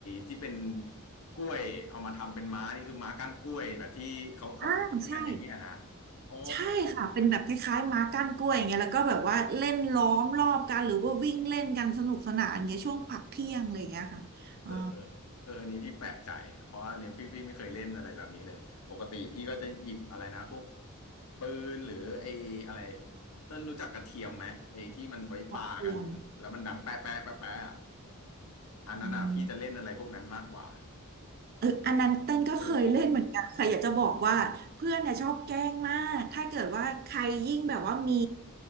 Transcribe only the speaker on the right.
อ่าใช่
ใช่ค่ะเป็นแบบคล้ายๆม้าก้านกล้วยอย่างเงี้ยแล้วก็แบบว่าเล่นล้อมรอบกันหรือว่าวิ่งเล่นกันสนุกสนานอย่างเงี้ยช่วงพักเที่ยงอะไรอย่างเงี้ยค่ะอ่า
พักเที่ยง
อืม เอออันนั้นเต้นก็เคยเล่นเหมือนกันค่ะอยากจะบอกว่าเพื่อนเนี่ยชอบแกล้งมากถ้าเกิดว่าใครยิ่งแบบว่ามี